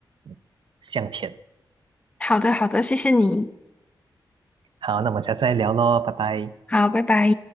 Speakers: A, on the right; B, on the left.
A: 嗯向前。
B: 好的，好的，谢谢你，
A: 好，那么下次再聊喽，拜拜。
B: 好，拜拜。